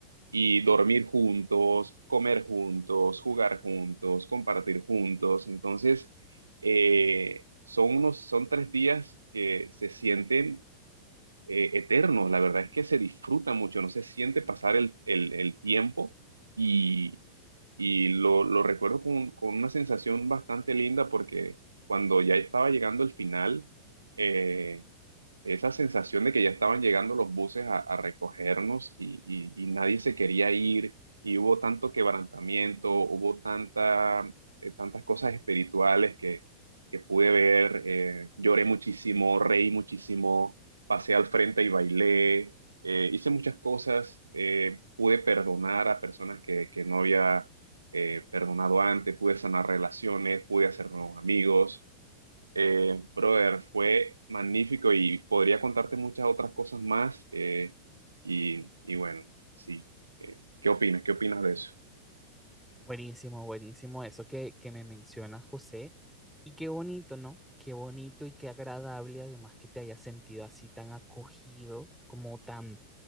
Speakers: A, on the right; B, in the centre.
A: y dormir juntos, comer juntos, jugar juntos, compartir juntos. Entonces, eh, son unos, son tres días que se sienten eh, eternos. La verdad es que se disfruta mucho, no se siente pasar el, el- el tiempo y, y lo, lo recuerdo con, con una sensación bastante linda porque cuando ya estaba llegando el final, eh, esa sensación de que ya estaban llegando los buses a, a recogernos y, y- y nadie se quería ir, y hubo tanto quebrantamiento, hubo tanta, eh, tantas cosas espirituales que, que pude ver, eh, lloré muchísimo, reí muchísimo, pasé al frente y bailé, eh, hice muchas cosas, eh, pude perdonar a personas que, que no había eh, perdonado antes, pude sanar relaciones, pude hacer nuevos amigos. Eh, brother, fue magnífico y podría contarte muchas otras cosas más. eh, y, y bueno, sí. Eh, ¿qué opinas? ¿Qué opinas de eso?
B: Buenísimo, buenísimo eso que, que me menciona José. Y qué bonito, ¿no? Qué bonito y qué agradable además que te hayas sentido así tan acogido, como tan